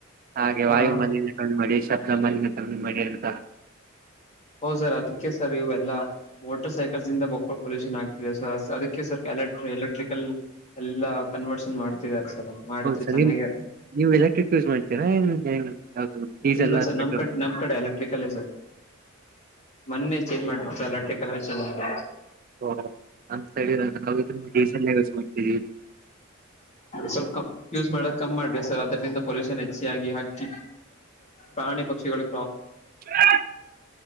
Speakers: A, on the right; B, on the left.
A: ಹಾಗೆ ವಾಯುಮಾಲಿನ
B: ಹಾ
A: ಕಮ್ಮಿ ಮಾಡಿ ಶಪ್ಲಮಲನ್ ಕಮ್ಮ ಮಾಡಿ ಅಂತ
B: ಹೌದ್ ಸರ್ ಅದಕ್ಕೆ ಸರ್ ಇವೆಲ್ಲಾ ಮೋಟರ್ ಸೈಕಲ್ಸ್ಂದ ಬಕ್ಕಳ್ ಪೊಲ್ಯೂಷನ್ ಆಗ್ತಿದೆ ಸೊ ಅದಕ್ಕೆ ಸರ್ ಎಲೆಕ್ ಎಲೆಕ್ಟ್ರಿಕಲ್ ಎಲ್ಲಾ ಕನ್ವರ್ಷನ್ ಮಾಡ್ತಿದ್ದಾರೆ ಮಾಡಿದ್ರೆ
A: ಹೌದು ಸರ್
B: ಚೆನ್ನಾಗಿ
A: ನಿಮ್ ನೀವು ಎಲೆಕ್ಟ್ರಿಕ್ ಯೂಸ್ ಮಾಡ್ತೀರಾ ಏನ್ ಯಾವ್ದು ಡೀಸೆಲ್
B: ಇಲ್ಲ ಸ ನಮ್
A: ಪೆಟ್ರೋಲ್
B: ಕಡೆ ನಮ್ ಕಡೆ ಎಲೆಕ್ಟ್ರಿಕಲ್ಲೇ ಸರ್ ಮೊನ್ನೆ ಚೇಂಜ್ ಮಾಡ್ಬು ಸರ್ ಎಲೆಕ್ಟ್ರಿಕ ಚ್ ಮಾಡ್ಬ
A: ಓ ನ್ ಸೈಡಲ್ ಮಾಡ್ತವಿ
B: ಸ್ವಲ್ಪ ಯೂಸ್ ಮಾಡಕ್ ಕ್ ಮಾಡ್ರಿ ಸರ್ ಅದರಿಿಂದ ಪೊಲ್ೂಷನ್ ಹೆಚ್ಚಾಗಿ ಹಿ ಪ್ರಾಣಿ ಪಕ್ಷಿಗಳು
A: ಅ